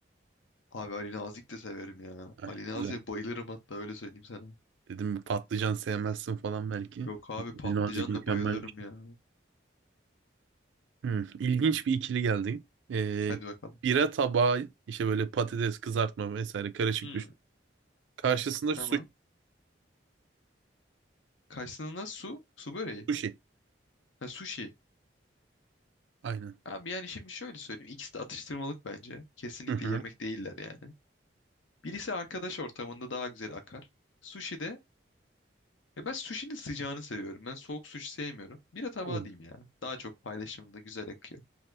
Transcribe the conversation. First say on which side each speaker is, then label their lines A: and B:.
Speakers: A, on the left (about 80°); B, on the right (about 75°).
A: Abi Ali Nazik de severim ya.
B: Ah,
A: Ali Nazik'e
B: güzel.
A: bayılırım hatta öyle söyleyeyim sana.
B: Dedim patlıcan sevmezsin falan belki.
A: Yok abi patlıcanla
B: Nazik mükemmel
A: bayılırım
B: bir şey.
A: ya.
B: Hmm, ilginç bir ikili geldi. Ee,
A: Hadi bakalım.
B: bira tabağı işte böyle patates kızartma vesaire karışık
A: Hmm,
B: düşün. Karşısında su-
A: tamam. Karşısında su, su böreği.
B: sushi.
A: Ha sushi.
B: Aynen.
A: Abi yani şimdi şöyle söyleyeyim. İkisi de atıştırmalık bence. Kesinlikle
B: Hı hı.
A: yemek değiller yani. Birisi arkadaş ortamında daha güzel akar. Sushi de e ben sushi'nin sıcağını seviyorum. Ben soğuk sushi sevmiyorum. Bira tabağı
B: Tamam.
A: diyeyim ya. Daha çok paylaşımda güzel akıyor.